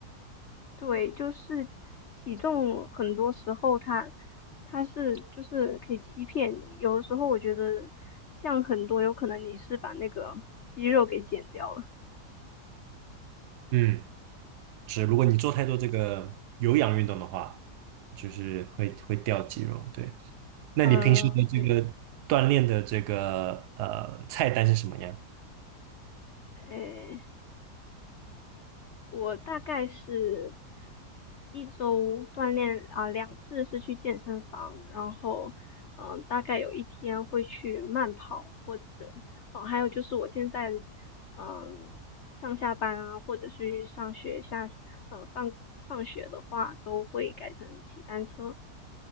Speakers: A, on the left; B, on the right.
A: 对，就是体重，很多时候它它是就是可以欺骗你。有的时候我觉得降很多，有可能你是把那个肌肉给减掉了。
B: 嗯，是，如果你做太多这个有氧运动的话，就是会会掉肌肉。对，那你平时的这个锻炼的这个呃菜单是什么样？
A: 嗯，对，诶。我大概是一周锻炼啊，两次是去健身房，然后嗯，呃大概有一天会去慢跑，或者哦，还有就是我现在嗯上下班啊，或者是上学下呃放放学的话，都会改成骑单车。